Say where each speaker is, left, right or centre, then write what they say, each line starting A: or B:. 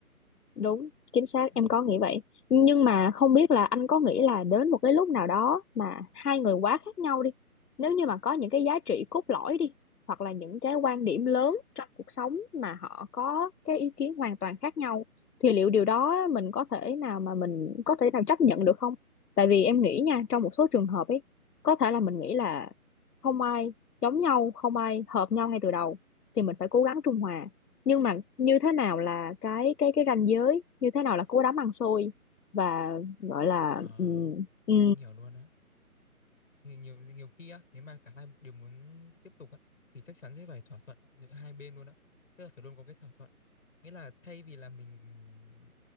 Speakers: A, on the left; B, on the left.
A: Đúng, chính xác,
B: ừ.
A: em có nghĩ vậy. Nhưng mà không biết là anh có nghĩ là đến một cái lúc nào đó mà hai người quá khác nhau đi. Nếu như mà có những cái giá trị cốt lõi đi, hoặc là những cái quan điểm lớn trong cuộc sống mà họ có cái ý kiến hoàn toàn khác nhau, thì liệu điều đó mình có thể nào mà mình có thể nào chấp nhận được không? Tại vì em nghĩ nha, trong một số trường hợp ấy, có thể là mình nghĩ là không ai giống nhau, không ai hợp nhau ngay từ đầu, thì mình phải cố gắng trung hòa nhưng mà như thế nào là cái cái cái ranh giới như thế nào là cú đấm ăn xôi và gọi là
B: ờ
A: ừ, ừ,
B: anh hiểu luôn á thì nhiều nhiều khi á nếu mà cả hai đều muốn tiếp tục á thì chắc chắn sẽ phải thỏa thuận giữa hai bên luôn á tức là phải luôn có cái thỏa thuận nghĩa là thay vì là mình